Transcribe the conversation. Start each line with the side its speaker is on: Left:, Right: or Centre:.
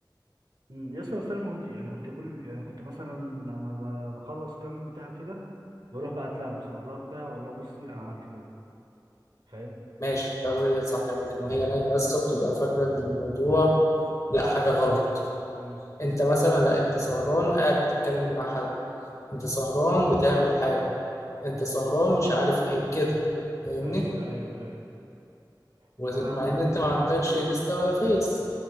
Right: أمم، يا اسطى بس انا ما كنت يعني كنت كل يعني كنت مثلا لما ب- بخلص كام بتاع كده بروح بعت لها مصور لها بتاع واقول لها بصي انا عملت كده فاهم؟
Left: ماشي لو هي صح لكن وهي نايمة يا اسطى بتبقى فاكرة إن الموضوع لا حاجة غلط
Right: امم
Left: أنت مثلا لا أنت سهران قاعد بتتكلم مع حد أنت سهران بتعمل حاجة أنت سهران مش عارف إيه كده فاهمني
Right: ايوه ايوه فاهم فانا
Left: ومع ان انت ما عندكش انستا ولا فيس